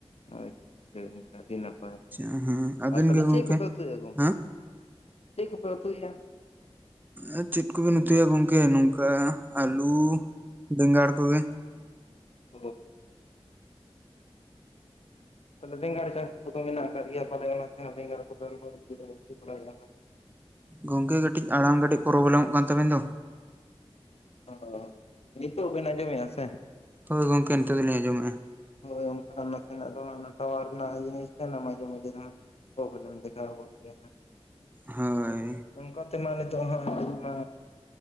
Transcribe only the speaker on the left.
ᱟᱪᱪᱷᱟ ᱜᱚᱝᱠᱮ ᱟᱹᱰᱤ ᱱᱟᱯᱟᱭ
ᱟᱨ ᱛᱟᱦᱞᱮ
ᱪᱮᱫ ᱠᱚᱯᱮ ᱩᱛᱩᱭ ᱫᱟ ᱜᱚᱝᱠᱮ
ᱪᱮᱫ ᱠᱚᱠᱚ ᱩᱛᱩᱭᱟᱜ
<unintelligible> ᱵᱮᱸᱜᱟᱲ ᱪᱟᱹᱥᱤ ᱠᱚᱫᱚ ᱢᱮᱱᱟᱜ ᱟᱠᱟᱫ ᱜᱮᱭᱟ ᱯᱟᱞᱮ ᱚᱱᱟᱛᱮᱦᱚᱸ ᱵᱮᱸᱜᱟᱲ ᱠᱚᱫᱚ ᱤᱭᱟᱹ ᱵᱟᱲᱟᱭᱟ
ᱚ ᱱᱤᱛᱟᱜ ᱵᱮᱱ ᱟᱸᱡᱚᱢ ᱢᱮᱜᱟ ᱥᱮ
ᱦᱳᱭ ᱜᱚᱝᱠᱮ ᱚᱱᱛᱮ ᱱᱟᱜ ᱫᱚ ᱴᱟᱣᱟᱨ ᱨᱮᱱᱟᱜ ᱤᱭᱟᱹ ᱦᱮᱡ ᱠᱟᱱᱟ ᱢᱟᱡᱮ ᱢᱟᱡᱮ ᱫᱚ ᱦᱟᱸᱜ ᱯᱚᱵᱽᱮᱞᱮᱢ ᱫᱮᱠᱷᱟᱣ ᱵᱚᱱ ᱜᱮᱭᱟ
ᱚᱱᱠᱟ ᱛᱮᱢᱟ ᱱᱤᱛᱚᱜ ᱦᱟᱸᱜ ᱤᱧ ᱢᱟ